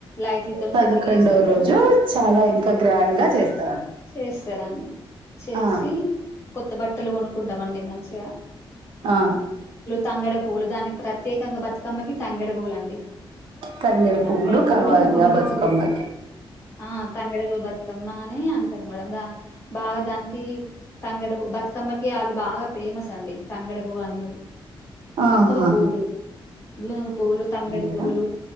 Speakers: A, on the left; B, on the right.
A: లైట్లతోని
B: పదకొండవ
A: సెట్టింగ్ చేసి అక్కడ
B: రోజు చాలా ఇంకా గ్రాండ్ గా చేస్తారు
A: చేస్తారండి చేసి
B: ఆ
A: కొత్త బట్టలు కొనుక్కుంటామండి మంచిగా
B: ఆ
A: తంగేడు పూ్లు దానికి ప్రత్యేకంగా బతుకమ్మకి తంగేడు పూలండి
B: తంగెల
A: తంగేడు
B: పువ్వులు
A: పులు
B: కావాలి
A: గునుగు
B: ఆ బతుకమ్మకి
A: పులు ఆ తంగేడుపువ్ బతుకమ్మ అని అంటారు మేడం దా బాగా దానికి తంగేడుపు బతుకమ్మకి అది బాగా ఫేమస్ అ ండి తంగేడుపు అనేది
B: ఆ అ
A: పువ్లు గునుగు పువ్వులు తంగేడు
B: మేడం
A: పువ్లు